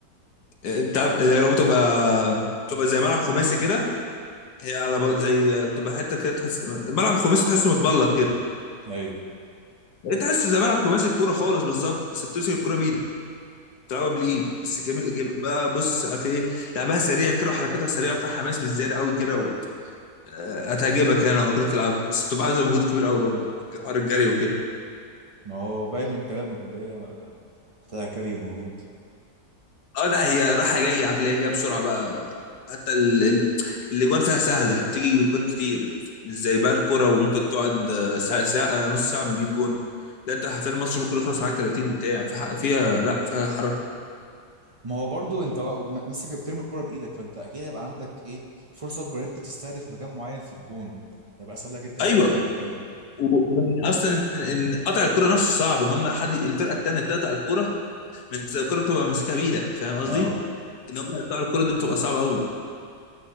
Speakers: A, on the left (about 75°); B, on the right (about 35°).
A: آه، انت عارف اللي هو بتبقى بتبقى زي ملعب خماسي كده هي على بل... زي بتبقى حتة كده تحس ملعب خماسي تحسه متبلط كده
B: ايوه
A: يعني تحسه زي ملعب خماسي الكورة خالص بالظبط بس بتمسك الكورة بإيدك بتلعبها بالإيد بس جميل جميل بقى بص عارف ايه لعبها سريع كده وحركاتها سريعة فيها حماس بالزيادة قوي كده آه، هتعجبك يعني لو فكرت تلعبها بس بتبقى عايزه مجهود كبير قوي برضه حوار الجري وكده
B: ما هو باين من كلامك اللي هي محتاجة كاري ومجهود
A: اه لا هي رايحه جايه عارف اللي هي جايه بسرعه بقى حتى ال- ال- الاجوان فيها سهله بتيجي جوان كتير مش زي بقى الكوره وممكن تقعد آه، ساعه ساعه آه، نص ساعه ما تجيب جون لا انت حرفيا الماتش ممكن يخلص معاك 30 بتاع في حق- فيها لا فيها حركه
B: ما هو برضو انت م- ماسك بترمي الكرة بايدك فانت اكيد هيبقى عندك ايه فرصة اكبر انت تستهدف مكان معين في الجون هيبقى اسهل لك انت تجيب
A: ايوه
B: جون وكده
A: و- وان اصلا ان قطع الكره نفسه صعب ان هم حد الفرقه التانيه تقطع الكره من الكره بتبقى ماسكها بايدك فاهم قصدي؟
B: اه
A: ان هم يقطعوا الكره دي بتبقى صعبه قوي